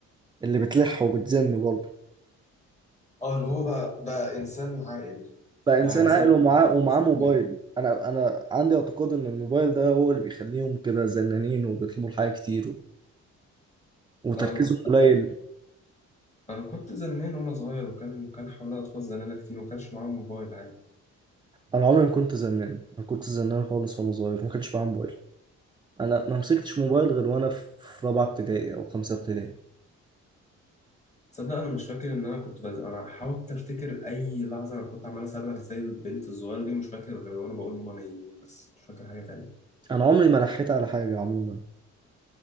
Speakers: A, on the right; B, on the left.
A: اللي بتلح وبتزن برضه
B: اه اللي هو بقى بقى انسان عاقل
A: بقى
B: بقى
A: انسان
B: انسان
A: عاقل ومعاه ومعاه
B: إنسان
A: موبايل
B: واعي.
A: انا انا عندي اعتقاد ان الموبايل ده هو اللي بيخليهم كده زنانين وبيطلبوا الحاجة كتير و- وتركيزهم
B: لا انا بتكلم
A: قليل
B: انا كنت زنان وانا صغير وكان وكان حوالي اطفال زنانه كتير وما كانش معاهم موبايل عادي
A: انا عمري ما كنت زنان ما كنت زنان خالص وانا صغير ما كانش معايا موبايل انا ما مسكتش موبايل غير وانا في في رابعة ابتدائي او خمسة ابتدائي
B: تصدق انا مش فاكر ان انا كنت بز... انا حاولت افتكر اي لحظه انا كنت عمال اصرخ زي البنت الصغيره دي مش فاكر غير وانا بقول ماما نايمين بس مش فاكر حاجه تانية
A: انا عمري ما لحيت على حاجة عموما